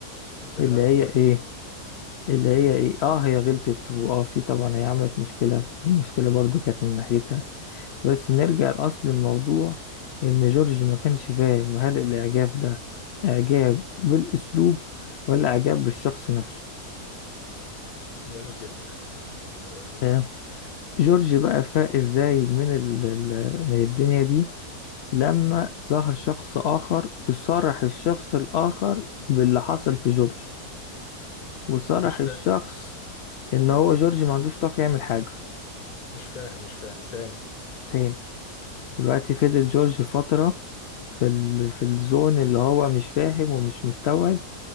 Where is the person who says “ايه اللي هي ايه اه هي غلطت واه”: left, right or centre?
Left